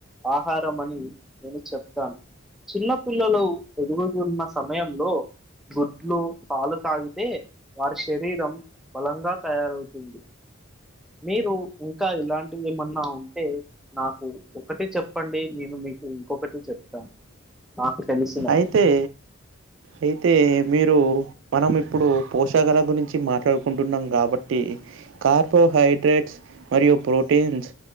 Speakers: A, in the centre; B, on the right.
A: ఆ ఆహ అని నేను చెప్తాను చిన్నపిల్లలు ఎదుగు ఉన్న సమయంలో గుడ్లు పాలు తాగితే వారి శరీరం బలంగా తయారవుతుంది మీరు ఇంకా ఇలాంటివి ఏమన్నా ఉంటే నాకు ఒకటి చెప్పండి నేను మీకు ఇంకొకటి చెప్తాను నాకు తెలిసినది
B: అయితే అయితే మీరు మనం ఇప్పుడు పోషల గురించి మాట్లాడుకుంటున్నాం కాబట్టి కార్బోహైడే హైడ్రేట్స్ మరియు ప్రోటీన్స్